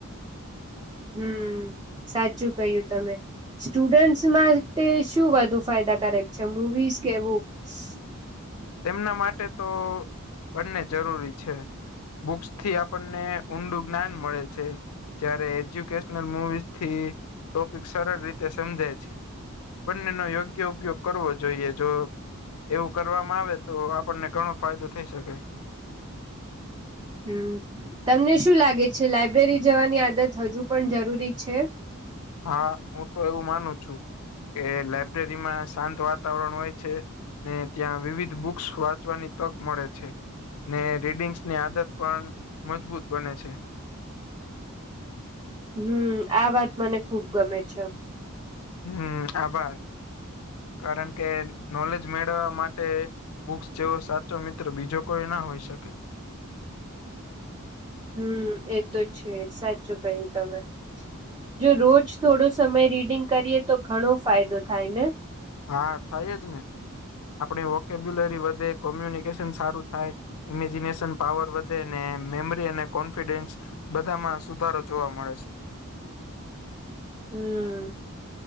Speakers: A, on the right (about 20°); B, on the left (about 85°).
A: હમ્મ સાચું કહ્યું તમે. સ્ટુડન્ટ્સ ના માટે શું વધુ ફાયદાકારક છે મૂવીસ કે બુક્સ?
B: તેમના માટે તો બંને જરૂરી છે. બુક્સ થી આપનને ઊંડું જ્ઞાન મળે છે. જ્યારે એજ્યુકેશનલ મુવીઝથી ટોપિક સરળ રીતે સમજાય છે. બંનેનો યોગ્ય ઉપયોગ કરવો જોઈએ જો એવું કરવામ માં આવે તો આપણને ઘણો ફાયદો થેઈ શકે.
A: હમ્મ તમને શું લાગે છે લાયબ્રેરી જવાની આદત હજુ પણ જરૂરી છે?
B: હા હું તો એવું માનું છું કે લાબ્રેરીમાં શાંત વાતાવરણ હોય છે. ને ત્યાં વિવિધ બુક્સ વાંચવાની તક મળે છે. ને રીડિંગ્સની આદત પણ મજબૂત બને છે.
A: હમ્મ આ વાત મને ખુબ ગમે છે.
B: હમ્મ આભાર કારણ કે નોલેજ મેડવવા માટે બુક્સ જેવો સાચો મિત્રો બીજો કોઈ ના હોય શકે.
A: હમ્મ એ તો છે સાચું કયું તમે. જો રોજ થોડો સમય રીડિંગ કરીએ તો ખણો ફાયદો થાય ને?
B: હા, થાય જ ને. આપણી વોકેબ્યુલરી વધે કોમ્યુનિકેશન સારું થાય. ઇમેજિનેશન પાવર વધે ને મેમરી અને કોન્ફિડન્સ બધામાં સુધારો જોવા મળે છે.
A: હમ્મ.